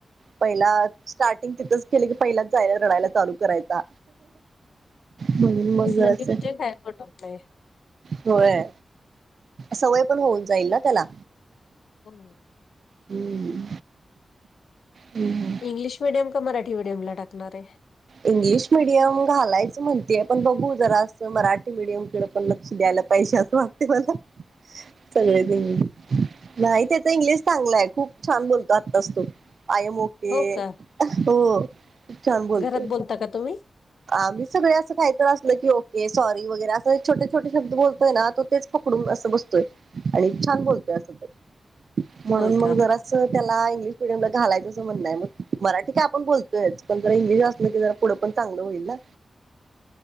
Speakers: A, on the right; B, on the left.
A: पहिला स्टार्टिंग तिथंच केलं की पहिलाच जायाला. रडायला चालू करायचा. म्हणून मग
B: असलं
A: जरासं.
B: की म्हणजे काय पटत नाही
A: होय... सवय पण होऊन जाईल ना... त्याला
B: हो.
A: हुं.... हुं हुं.
B: इंग्लिश मिडियम का... मराठी मिडियमला टाकणार ए?
A: इंग्लिश मिडियम घालायचं म्हणतेय... पण बघू जरा... असं मराठी मिडियमकडं पण लक्ष द्यायला पैशांत मागते मला... सगळे देऊन नाई... त्याचं इंग्लिश चांगलंय... खूप छान बोलतो आताच तो.. आ एम ओके
B: हो का
A: अ... हो. खूप छान बोलतोय
B: घरात बोलता का तुम्ही?
A: आम्ही सगळे असं कायतरी असलं की... ओके, सॉरी वगैरे असं छोटे छोटे शब्द बोलतोय ना, तो तेच पकडून असं बसतोय... आणि छान बोलतोय असं
B: <unintelligible>
A: तर म्हणून
B: होय
A: मग
B: का?
A: जरा कसं... त्याला इंग्लिश मिडियमला घालायचं असं म्हणणं हाये... मग मराठी काय आपण बोलतोयच... पण जर इंग्लिश असलं की जरा पुढं पण चांगलं होईल ना